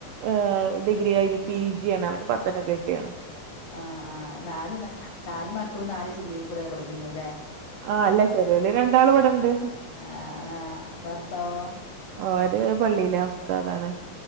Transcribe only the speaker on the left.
ആഹ് ആഹ് നാലു ന്നാ നാല് മക്കളും നാല് ജില്ലയി കൂടെ പഠിക്ക്ന്നെ ലെ?
ആഹ് ആഹ് ഭർത്താവോ?